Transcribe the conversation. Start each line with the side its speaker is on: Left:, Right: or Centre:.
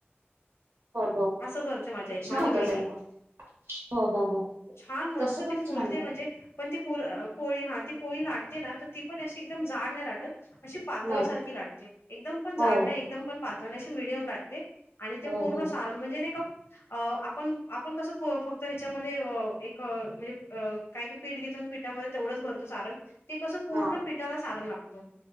Right: हो, हो, हो.
Left: असं करते माझी आई
Right: छान
Left: माझी
Right: होतं
Left: वहिणी.
Right: त्यांना. हो, हो, हो.
Left: छान मस्त
Right: तसं पण
Left: ती फुलते
Right: छान
Left: म्हणजे. पण ती पुर पोळी हा ती पोळी लाटते ना तर ती पण अशी एकदम जाड नाही लाटत. अशी पातळसारखी
Right: नाही
Left: लाटते एकदम पण जाड
Right: हो
Left: नायी एकदम पण पातळ नायी अशी मिडियम लाटते. आणि ते
Right: हो
Left: पूर्ण
Right: हो
Left: सारण म्हणजे नै का अ आपण आपण कसं प फक्त ह्याच्यामध्ये अ एक. अ म्हणजे अ काय ते पीठ घेतो न पीठामध्ये तेवढंच भरतो सारण. ते कसं पूर्ण
Right: हा
Left: पिठाला सारण लागतं.